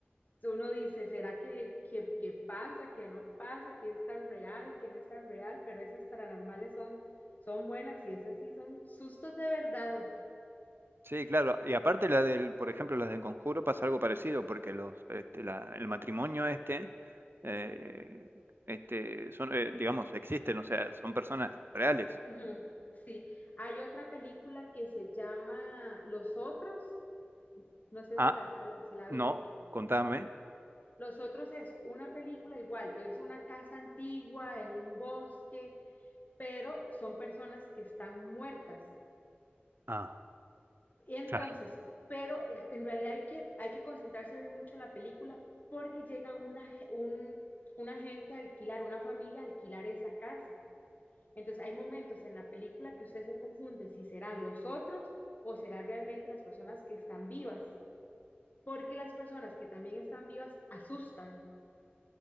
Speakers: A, on the left; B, on the right.
A: uno dice, ¿será que, que, que pasa, que no pasa, que es tan real, que no es tan real? Pero esas paranormales son, son buenas y esas sí son sustos de verdad.
B: sí, claro. Y aparte la del, por ejemplo, las del Conjuro pasa algo parecido, porque los, este, la- el matrimonio este, eh, este, son, eh, digamos, existen, o sea, son personas reales.
A: Ujú, Sí, hay otra película que se llama Los Otros, no sé
B: Ah,
A: si la, sabe- si la
B: no,
A: ha visto.
B: contame.
A: Los Otros es una película igual, es una casa antigua en un bosque, pero son personas que están muertas.
B: Ah,
A: Y entonces,
B: claro.
A: pero eh, en realidad hay que, hay que concentrarse a ver mucho la película porque llega una, ge- un, una gente a alquilar, una familia a alquilar esa casa. Entonces hay momentos en la película que usted se confunde si serán los otros o serán realmente las personas que están vivas, porque las personas que también están vivas asustan.